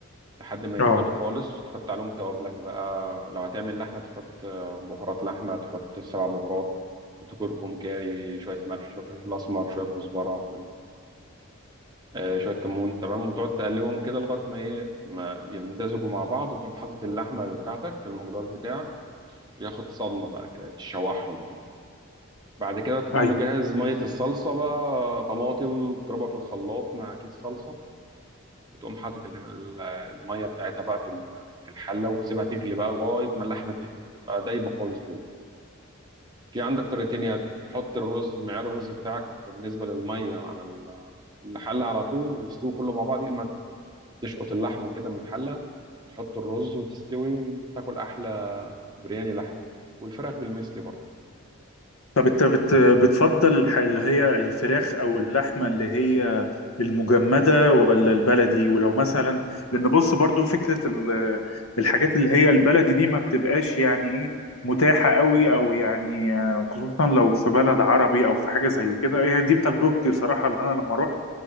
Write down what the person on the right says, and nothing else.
لحد ما
يدبلوا خالص تحط عليهم توابلك بقى لو هتعمل لحمة تحط آه، بهارات لحمة تحط سبع بهارات تحط كركم كاري شوية ملح شوية فلفل أسمر شوية كزبرة فل... آه شوية كمون تمام وتقعد تقلبهم كده لغاية ما إيه ما يمتزجوا مع بعض وتقوم حاطط اللحمة بتاعتك المقدار بتاعك ياخد صدمة بقى كده تشوحهم فيها بعد كده تكون
مجهز مية الصلصة بقى طماطم تضربها في الخلاط مع كيس صلصة وتقوم حاطط ال- ال- الميه بتاعتها بقى في ال- في الحله وتسيبها تغلي بقى لغايه ما اللحمه ت- تبقى دايبه خالص دول في عندك طريقتين يا تحط الرز معيار الرز بتاعك بالنسبه للميه على ال- في الحله على طول ويستوي كله مع بعض يا اما تشقط اللحمه كده من الحله تحط الرز وتستوي وتاكل احلى برياني لحم والفراخ بالمثل برضه